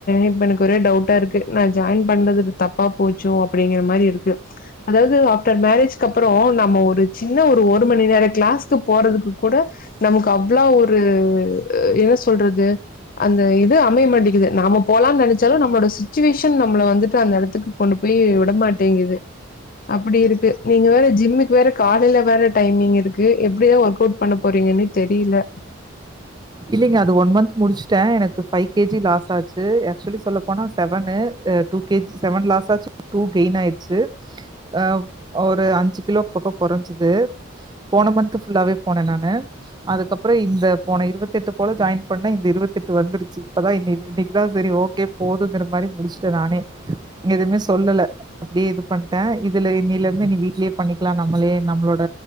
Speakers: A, on the left; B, on the right.
A: இப்ப எனக்கு ஒரே டவுட்டா இருக்கு நா ஜாயின் பண்ணதுகு தப்பா போச் சோ அப்டிங்கிற மாரி இருக்கு அதாவ்து ஆஃப்டர் மேரேஜ்க்கப்புறோ நம்ம ஒரு சின்ன ஒரு ஒரு மணி நேரோ க்ளாஸ்க்கு போறதுக்கு கூட நமக்கு அவ்ளோ ஒரு என்ன சொல்றது அந்த இது அமைய மாட்டிகுது நாம போலான் நெனச்சாலு நம்மளோட சுச்சுவேஷன் நம்மள வந்துட்டு அந்த இடத்துக்கு கொண்டு போய் விடமாட்டேங்குது அப்டி இருக்கு நீங்க வேற ஜிம்முக்கு வேற காலைல வேற டைமிங் இருக்கு எப்டிதா ஒர்க் அவுட் பண்ண போறீங்கனே தெரில
B: இல்லிங்க அது ஒன் மந்த் முடிச்சுட்டே எனக்கு ஃபைவ் கேஜி லாஸ் ஆச்சு ஆக்சுவலி சொல்லப்போனா seven two KG seven loss ஆச்சு டூ கெயின் ஆய்டுச்சு அ ஒரு அஞ்சு கிலோ பக்கோ குறஞ்சுது போன மந்த்து ஃபுல்லாவே போன நானு அதுக்கப்புறோ இந்த போன இருவத் தி எட்டு போல ஜாயின் பண்ண இந்த இருவத் எட்டு வந்துருச்சு இப்பதா இன்னிக் இன்னிக்குதா சேரி ஓகே போதுங்கறமாரி முடிச் ட நானே எதுமே சொல்ல அப்டியே இது பண்ட்ட இதுல இன்னில இருந்து நீ வீட்லயே பண்ணிக்லா நம்மளே நம்மளோட